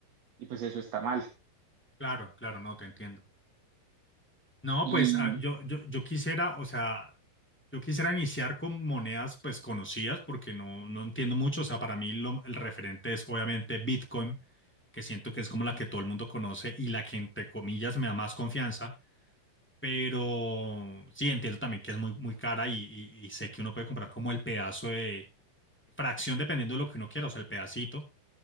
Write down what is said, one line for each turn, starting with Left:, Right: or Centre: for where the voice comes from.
Right: y pues eso está mal.
Centre: Claro, claro, no, te entiendo. No,
Right: Y
Centre: pues ah, yo, yo, yo quisiera, o sea, yo quisiera iniciar con monedas pues conocidas porque no, no entiendo mucho. O sea, para mí lo- el referente es obviamente Bitcoin, que siento que es como la que todo el mundo conoce y la que entre comillas me da más confianza. Pero sí, entiendo también que es muy, muy cara y, y- y sé que uno puede comprar como el pedazo de fracción dependiendo de lo que uno quiera, o sea, el pedacito